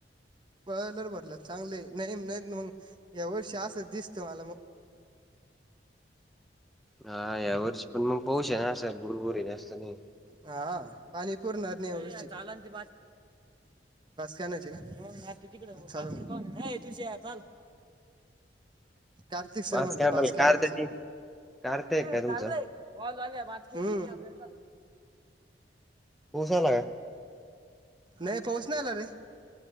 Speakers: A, on the right; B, in the centre.
A: पोळा आल्यावर भरल्या तर चांगलंच आहे नाही मग या वर्षी असं दिसतं मला मग.
B: हा या वर्ष पण मग पाऊस आहे ना असं भूर भूर जास्त नाही.
A: हा पाणी पुरणार नाही यावर्षी <unintelligible> बाजकी आणायची का तू तिकड चल आय तुषा चल. कार्तिक सर
B: पाच
A: म्हणते
B: कॅमेराला
A: बाचके
B: कारत्या
A: आणायचे.
B: ती कारत्या आहे
A: चल
B: काय तुमचा
A: रे कॉल आल्या भाजके उचलायचे चल.
B: पाऊस आला का?
A: नाही पाऊस नाही आला रे.